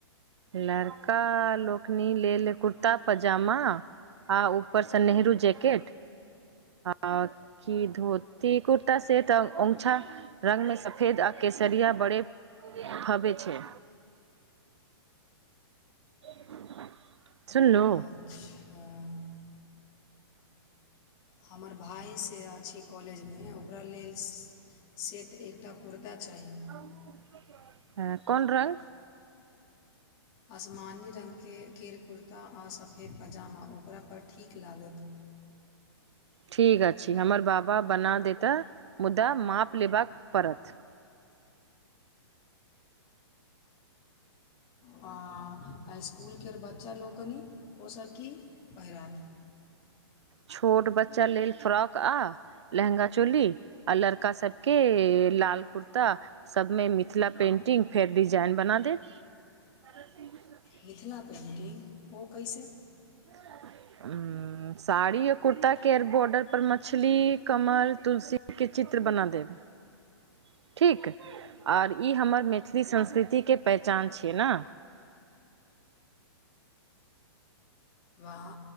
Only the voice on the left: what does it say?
अच्छा हमर भाय से आछि कॉलेजमे ओकरा लेल सँ से तऽ एकटा कुर्ता चाही।
असमान्य रङ्गके केर कुर्ता आ सफेद पजामा ओकरापर ठीक लागत।
आ इसकुलके बच्चा लोकनि ओसब की पहिरात?
मिथिला पेन्टिंग ओ कैसे।
वाह!